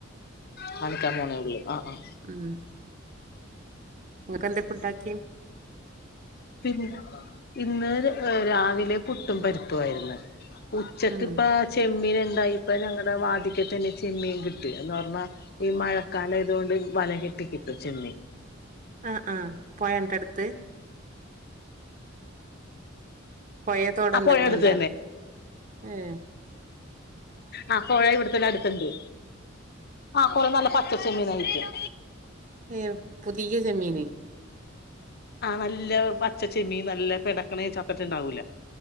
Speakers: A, on the left; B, on the right.
A: കാണിക്കാം പോണേ ഒള്ളു ആഹ് ആഹ്
B: ആഹ് നിങ്ങക്കന്തെ ഫുഡാക്കിയെ
A: പിൻ ഇന്ന് ര് രാവിലെ പുട്ടും പരിപ്പുവായിരുന്ന് ഉച്ചക്ക്
B: ഉം
A: ഇപ്പ ചെമ്മീന് ഉണ്ടായി ഇപ്പ ഞങ്ങളടെ വാതിക്ക തന്നെ ചെമ്മീൻ കിട്ട് എന്ന് പറഞ്ഞാ ഈ മഴക്കാലം അയതോണ്ട് വല കെട്ടി കിട്ടും ചെമ്മീൻ
B: അഹ അഹ പോയന്റെട്ത്ത് പൊയേ തോടോ
A: ആ
B: എന്തെങ്കിലുണ്ടോ
A: പുഴ അടുത്ത്
B: ഏ
A: ആഹ പൊഴ ഇവിടുത്തെന്നെ അടുത്തുണ്ട് ആഹ കൊറെ നല്ല പച്ചച്ചെമ്മീനായിരിയ്ക്കും
B: ഏ പുതിയ ചെമ്മീന്
A: ആഹ നല്ല പച്ചച്ചെമ്മീൻ നല്ല പെടക്കണേ ചത്തിട്ട്ണ്ടാവൂല